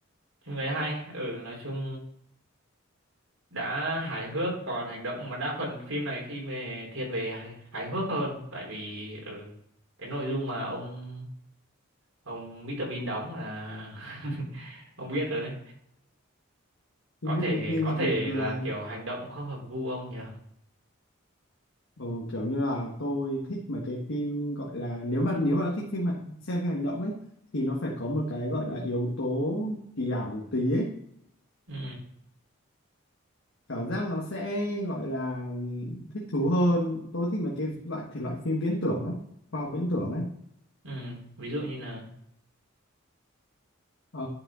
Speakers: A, on the right; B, on the left.
A: Phim đấy hay, ừ nói chung đã hài hước còn hành động mà đa phần phim này phim về thiên về hài hài hước hơn tại vì ừ cái nội dung mà ông ông Mr Bean đóng là <laughs> ông biết rồi đấy. Có
B: phim biết
A: thể
B: được phim
A: có
B: thì
A: thể
B: buồn cười
A: là kiểu hành động không hợp gu ông nhỉ.
B: ờ, kiểu như là tôi thích mà cái phim gọi là nếu bạn nếu bạn thích phim hành- xem phim hành động ấy thì nó phải có một cái gọi là yếu tố kỳ ảo một tí ấy
A: Ừ,
B: cảm giác nó sẽ gọi là thích thú hơn tôi thích mấy cái loại thể loại phim viễn tưởng lắm khoa học viễn tưởng ấy
A: ừ, ví dụ như là
B: ờ,